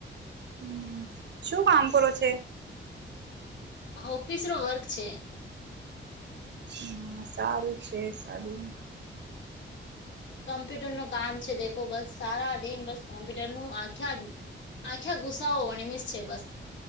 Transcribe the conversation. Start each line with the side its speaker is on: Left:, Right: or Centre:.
Right: હમ શું કામ કરો છે.
Left: ઓફિસ નો વર્ક છે.
Right: હમ સારું છે સારું.
Left: કોમ્પ્યુટર નું કામ છે દેખો બસ સારા દિન બસ કોમ્પ્યુટર નું આખ્યા આખ્યા ગુસ્સાઓ વણીમેસ છે બસ.